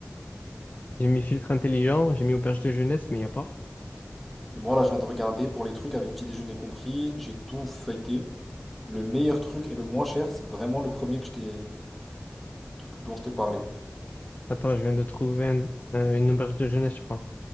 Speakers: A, on the left; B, in the centre.
A: J'ai mis filtre intelligent, j'ai mis auberge de jeunesse, mais il n'y a pas.
B: Et moi là, je viens de regarder pour les trucs avec petit déjeuner compris. J'ai tout feuilleté. Le meilleur truc et le moins cher, c'est vraiment le premier que je t'ai, dont je t'ai parlé.
A: Attends, je viens de trouver un- euh, une auberge de jeunesse, je crois.